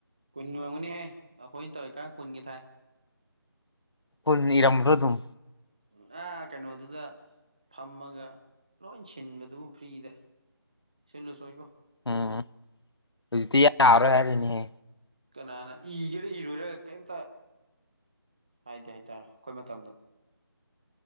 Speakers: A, on the right; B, on the left.
A: ꯀꯨꯟ ꯑꫭꯏꯔꯝꯒꯅꯤꯍꯦ ꯑꯈꯣꯏ ꯇꯧꯔꯤꯀꯥꯟ ꯀꯨꯟꯒꯤ ꯊꯥꯏ
B: ꯀꯨꯟ ꯏꯔꯝꯗꫭ ꯑꯗꯨꯝ
A: ꯎꯝ ꯑꯥ ꯀꯩꯅꯣꯗꯨꯗ ꯐꯝꯃꯒ ꯂꯣꯏ ꯁꯤꯟꯕꯗꯨꯕꯨ ꯐ꯭ꯔꯤꯗ ꯁꯤꯂꯨꯆꫭ ꯏꯕꫭ
B: ꯎꯝ ꯍꯧꯖꯤꯛꯇꯤ ꯌꯥꯔꫭꯏ ꯍꯥꯏꯕꯅꯤ ꯍꯦ
A: ꯀꯅꯥꯅ ꯏꯒꯦꯔꯥ ꯏꯔꯣꯏꯔ ꯀꯩꯝꯇ ꯍꯥꯏꯗꯦ ꯍꯥꯏꯇꯥꯔꯦ ꯑꯈꯣꯏ ꯃꯇꯝꯗ